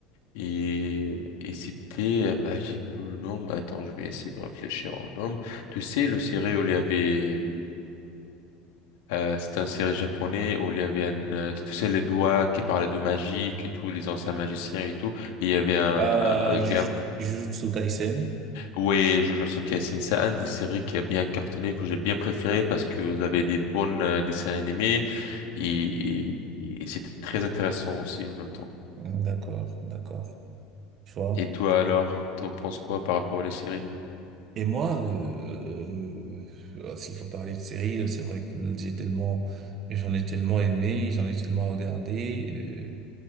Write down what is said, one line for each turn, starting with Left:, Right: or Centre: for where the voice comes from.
Left: Et, et c'était, euh, bah, j'ai plus le nom. mais Attends, je vais essayer de réfléchir au nom. Tu sais, le série où il y avait, euh, c'était un série japonais où il y avait un, euh, tu sais, les doigts qui parlaient de magie, et tout, les anciens magiciens et tout. Et il y avait un,
Right: Euh,
Left: un, un
Right: Jujutsu
Left: gars,
Right: Jujutsu Kaisen.
Left: Oui, Jojo Sokka c'est un des séries qui a bien cartonné, que j'ai bien préféré parce que vous avez des bons euh, dessins animés et, et, et c'était très intéressant aussi en même temps.
Right: Mhm, D'accord, d'accord. Tu vois?
Left: Et toi alors, t'en penses quoi par rapport à les séries?
Right: Et moi, euh, euh, s'il faut parler de séries, euh, c'est vrai que j'ai tellement, j'en ai tellement aimé, j'en ai tellement regardé,